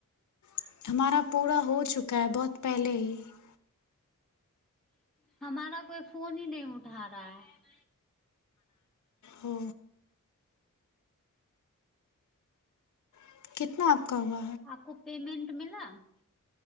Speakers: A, on the left; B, in the centre.
A: <inaudible> हमारा पूरा हो चुका है बहुत पहिले ही <inaudible>
B: <inaudible> हमारा कोई फोन ही नहि उठा रहा है <inaudible>
A: हो <inaudible> कितना आपका हुआ <inaudible>
B: <inaudible> आपको पेमेंट मिल <inaudible>